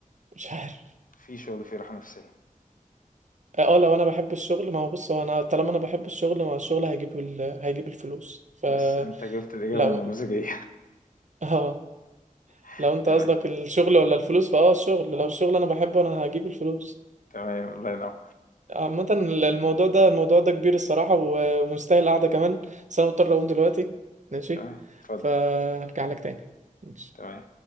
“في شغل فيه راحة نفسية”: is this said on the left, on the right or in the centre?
Left